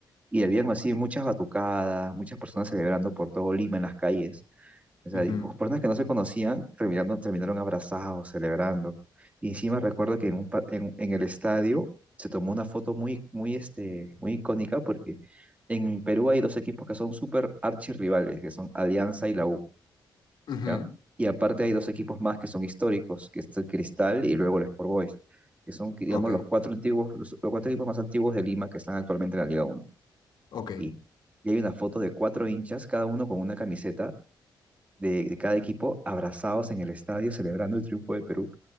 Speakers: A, on the right; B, on the left.
A: y habían así muchas batucadas, muchas personas celebrando por todo Lima en las calles. O sea,
B: Ujú,
A: y personas que no se conocían terminaron, terminaron abrazados, celebrando. Y encima recuerdo que en, un, pa- en, en el estadio se tomó una foto muy, muy, este, muy icónica porque en Perú hay dos equipos que son súper archirrivales, que son Alianza y la U,
B: ujú.
A: ¿ya? Y aparte hay dos equipos más que son históricos, que es el Cristal y luego el Sport Boys, que son, digamos,
B: Ok,
A: los cuatro antiguos, los los cuatro equipos más antiguos de Lima que están actualmente en la Liga
B: ok.
A: y, y hay una foto de cuatro hinchas, cada uno con una camiseta de, de cada equipo, abrazados en el estadio celebrando el triunfo de Perú.